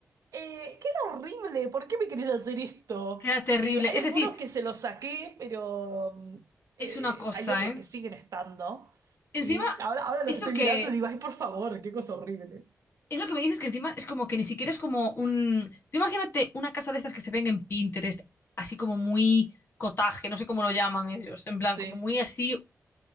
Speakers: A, on the right; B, on the left.
A: Eh, queda horrible, ¿por qué me querés hacer esto?
B: Era terrible.
A: Eh, hay
B: Es
A: algunos
B: decir,
A: que se los saqué, pero mm,
B: es
A: eh,
B: una cosa,
A: hay otros
B: ¿eh?
A: que siguen estando.
B: Encima,
A: Y ahora, ahora los
B: eso
A: estoy
B: que
A: mirando y digo, ay, por favor, qué cosa horrible.
B: Es lo que me dices que encima es como que ni siquiera es como un... Tú imagínate una casa de estas que se ven en Pinterest, así como muy cotaje, no sé cómo lo llaman ellos, en plan,
A: Sí.
B: como muy así